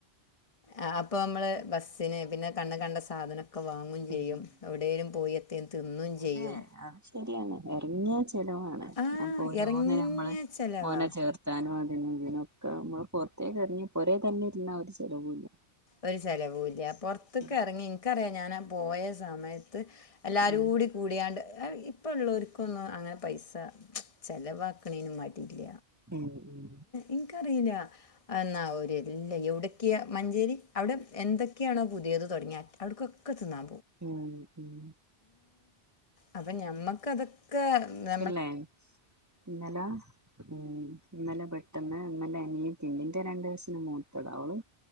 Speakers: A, on the left (about 35°); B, on the right (about 15°).
A: ആഹ് അപ്പമ്മള് ബസ്സിന് പിന്നെ കണ്ണ്ക്കണ്ട സാധനം ഒക്കെ വാങ്ങും
B: ഉം
A: ചെയ്യും
B: ഉം
A: എവിടേലും പോയി എത്തേലും തിന്നും ചെയ്യും.
B: അതെ അത് ശരിയാണ് എറങ്ങിയാ ചെലവാണ്
A: ആ
B: ഞാ, അപ്പോ ഓരോന്നിന്
A: ഇറങ്ങിയ
B: നമ്മള്
A: ചിലവാ
B: ഓനെ ചേർത്താനും അതിനും ഇതിനൊക്കെ ആവുബോ. പൊർത്തേക്കെറങ്ങി പോരേതന്നെ ഇരുന്ന ഒരു ചെലവൂല്ല
A: ഒരു ചെലവൂല പൊറത്തക്കെറങ്ങ്യാ.
B: ഉം
A: ഇൻക്കറിയാ ഞാനാ പോയ സമയത്ത് എല്ലാരൂടി.
B: ഉം
A: കുടിയാണ്ട് ഏ ഇപ്പോള്ളോർക്കൊന്നും അങ്ങനെ പൈസ ച്ച് ചെലവാക്ക്ണീന് മടില്ല
B: ഉം ഉം
A: ഇൻകറീലാ. അതെന്നാ ഒര്തില്ല. എവിടൊക്കെയാ, മഞ്ചേരി അവ്ടെ എന്തൊക്കെയാണോ പുതിയേത് തൊടങ്ങിയേ. അവിടൊക്കെകെ തിന്നാ
B: ഉം ഉം
A: അപ്പൊ ഞമ്മക്കത് കേറ് ന്താ
B: ഇല്ലേ ഇന്നല ഉം ഇന്നലെ ഇബ പെട്ടെന്ന് ഉമ്മാന്റെ അനിയത്തി ഇണ്ട്, ഇന്റെ രണ്ട് വയസ്സിന് മൂത്തതാ ഓള്